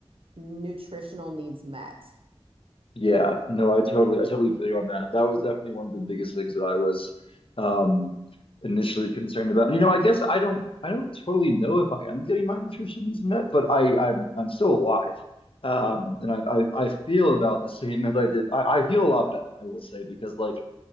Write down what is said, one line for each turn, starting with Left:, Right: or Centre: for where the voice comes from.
Right: nutritional needs met.
Left: Yeah, no, I totally, I totally feel you on that. That was definitely one of the biggest things that I was um, initially concerned about. And, you know, I guess I don't, I don't totally know if I am getting my nutrition needs met, but I, I'm, I'm still alive, um, and I, I, I feel about the same <laughs> as I did. I, I feel a lot better, I will say, because like